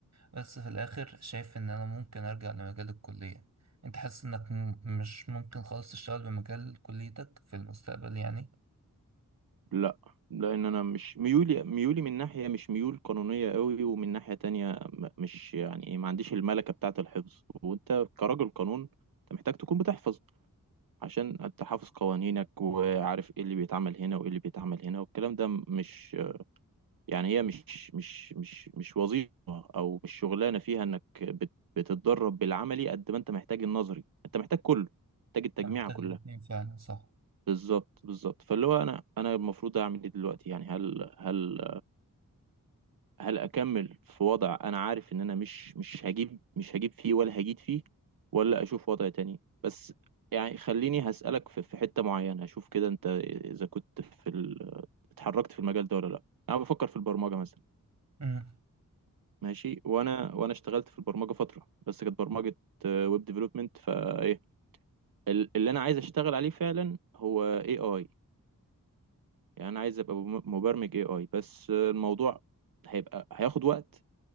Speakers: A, on the right (about 50°); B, on the right (about 85°).
A: بس في الاخر شايف ان انا ممكن ارجع لمجال الكليه انت حاسس انك م- مش ممكن خالص تشتغل بمجال كليتك في المستقبل يعني
B: لا لان انا مش ميولي ميولي من ناحية مش ميول قانونية قوي ومن ناحية تانية م- مش يعني إيه، ما عنديش الملكة بتاعة الحفظ وانت كراجل قانون انت محتاج تكون بتحفظ عشان انت حافظ قوانينك وعارف ايه اللي بيتعمل هنا وايه اللي بيتعمل هنا والكلام ده مش يعني هي مش مش مش مش وظيفة او مش شغلانة فيها انك بت- بتتدرب بالعملي قد ما انت محتاج النظري انت محتاج كله محتاج التجميعة
A: أنت محتاج
B: كلها
A: الاتنين فعلا صح
B: بالظبط بالظبط فاللي هو انا انا المفروض اعمل ايه دلوقتي يعني هل هل هل اكمل في وضع انا عارف ان انا مش مش هجيب مش هجيب فيه ولا هجيد فيه ولا اشوف وضع تاني بس يعني خليني هسألك في في حتة معينة اشوف كده انت اذا كنت في ال... اتحركت في المجال ده ولا لا انا بفكر في البرمجة مثلا
A: امم
B: ماشي وانا وانا اشتغلت في البرمجة فترة بس كانت برمجة ويب ديفلوبمنت فايه ال- اللي انا عايز اشتغل عليه فعلا هو اي اي يعني انا عايز ابقى م- مبرمج اي اي بس الموضوع هيبقى هياخد وقت